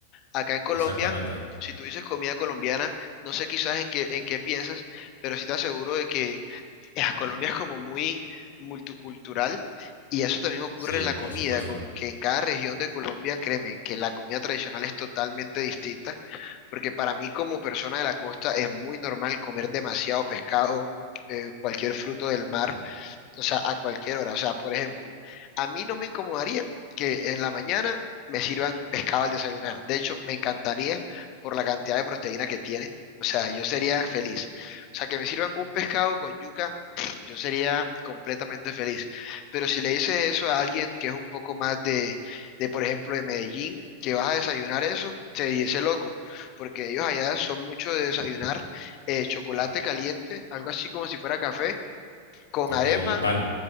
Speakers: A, on the left; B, on the left.
A: Acá en Colombia,
B: exactamente.
A: si tú dices comida colombiana, no sé quizás en qué, en qué piensas, pero sí te aseguro de que <laughs> eh, Colombia es como muy multicultural y eso también ocurre
B: Sí,
A: en la
B: por
A: comida,
B: supuesto.
A: como que en cada región de Colombia, créeme, que la comida tradicional es totalmente distinta, porque para mí como persona de la costa es muy normal comer demasiado pescado, eh, cualquier fruto del mar o sea, a cualquier hora. O sea, por ejemplo, a mí no me incomodaría que en la mañana me sirvan pescado al desayunar. De hecho, me encantaría por la cantidad de proteína que tiene. O sea, yo sería feliz. O sea, que me sirvan un pescado con yuca, <sniffs> yo sería completamente feliz. Pero si le dices eso a alguien que es un poco más de, de, por ejemplo, de Medellín, que vas a desayunar eso, se dice loco, porque ellos allá son mucho de desayunar eh, chocolate caliente, algo así como si fuera café, con
B: Ok,
A: arepa
B: y pan.